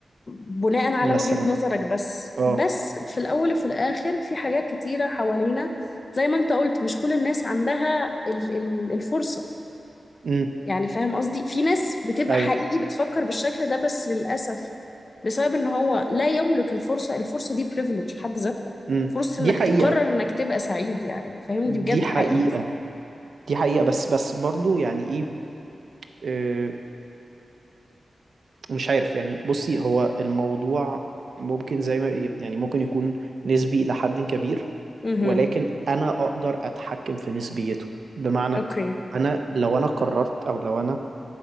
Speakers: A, on the left; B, on the right.
A: بناء على
B: مثلا
A: وجهه نظرك بس
B: اه
A: بس في الاول وفي الاخر في حاجات كتيره حوالينا زي ما انت قلت مش كل الناس عندها ال- ال- الفرصه
B: امم
A: يعني فاهم قصدي في ناس بتبقى
B: ايوه
A: حقيقي بتفكر بالشكل ده بس للأسف بسبب ان هو لا يملك الفرصة الفرصة دي privilege في حد ذاتها
B: امم
A: فرصة
B: دي
A: انك
B: حقيقة
A: تقرر انك تبقى سعيد يعني فاهم
B: دي
A: دي بجد
B: حقيقة
A: حقيقي
B: دي حقيقة بس بس برضو يعني ايه آه، مش عارف يعني بصي هو الموضوع ممكن زي ما يعني ممكن يكون نسبي إلى حد كبير
A: امم
B: ولكن أنا أقدر أتحكم في نسبيته بمعنى
A: اوكي
B: أنا لو أنا قررت أو لو أنا